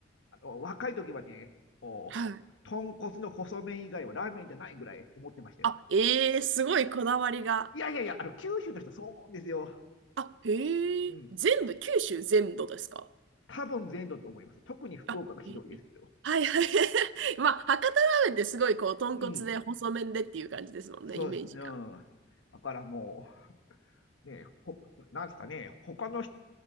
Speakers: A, on the left; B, on the right.
A: あの若い時はね、もう豚骨の細麺以外はラーメンじゃないぐらい思ってましたよ。
B: はい。あ、ええすごいこだわりが。
A: いやいやいや、あの、九州の人そう思うんですよ。
B: あ、へえ。
A: うん。
B: 全部、九州全土ですか
A: 多分全土と思います。特に福岡がひどいですけど。
B: あ、ええはいはい。<laughs> まあ、博多ラーメンってすごいこう、豚骨で細麺でっていう感じですもんね、
A: うん。そうです。
B: イメージが。
A: うん。だからもう、ね、ほ、なんですかね、他の人、